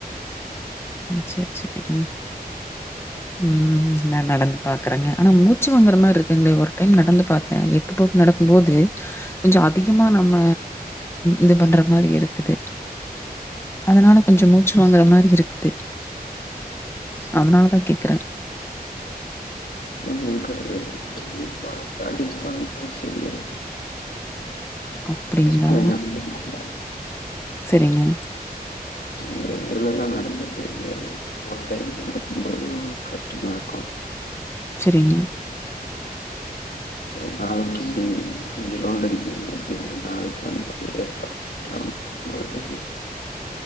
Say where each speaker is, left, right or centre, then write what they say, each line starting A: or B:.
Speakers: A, on the left (about 15°); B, on the left (about 80°).
A: ம் செரி செரிங்க ம் நடந்து பாக்குறங்க ஆனா மூச்சு வாங்குற மார்ருக்குங்களே ஒரு டைம் நடந்து பாத்தே எப் போட்டு நடக்கும் போது கொஞ்சோ அதிகமா நம்ம இது பண்ற மாரி இருக்குது அதனால கொஞ்சோ மூச்சு வாங்குற மாரி இருக்குது அதனாலதான் கேக்குறேன்
B: <unintelligible> <unintelligible>
A: அப்டிங்களா?
B: <unintelligible>
A: செரிங்க
B: சரி இதுல எல்லாம் நடந்த தெரியாது ஒரு டைம் நடக்கும் போது கஷ்டமா இருக்கு
A: செரிங்க
B: ஒரு நாளைக்கி அஞ்சு ரவுண்ட் அடிக்கிறீங்க அப்படின்னா நாளைக்கு வந்த எட்டு ரவுண்ட் எட்டு ரவுண்ட் அடிக்கும் போது தெரியாது